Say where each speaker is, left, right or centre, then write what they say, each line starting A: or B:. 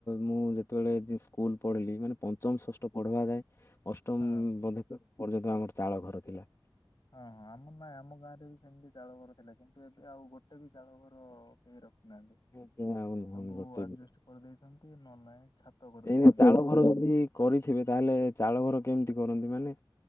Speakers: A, on the left; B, on the left.
A: ମୁଁ ଯେତେବେଳେ ସ୍କୁଲ ପଢ଼ିଲି ମାନେ ପଞ୍ଚମ ଷଷ୍ଠ ପଢିବା ଯାଏ। ଅଷ୍ଟମ
B: ହଁ
A: ବନ୍ଧିକ ପର୍ଯ୍ୟନ୍ତ ଆମର ଚାଳ ଘର ଥିଲା।
B: ହଁ ହଁ ଆମ ନାଇଁ ଆମ ଗାଁ ରେ ବି ସେମିତି ଚାଳ ଘର ଥିଲା କିନ୍ତୁ ଏବେ ଆଉ ଗୋଟେ ବି ଚାଳ ଘର କେହି ରଖୁ ନାହାନ୍ତି
A: ଏବେ ଆଉ ନୁହଁ
B: ସବୁ
A: ଗୋଟେ
B: ଆଜେବେଷ୍ଟ
A: ବି
B: କରିଦେଇଛନ୍ତି ନହେଲେ ନାହିଁ ଛାତ କରିଦେଇଛନ୍ତି।
A: ଏଇନା ଚାଳ ଘର ଯଦି କରିଥିବେ ତାହେଲେ ଚାଳ ଘର କେମିତି କରନ୍ତି ମାନେ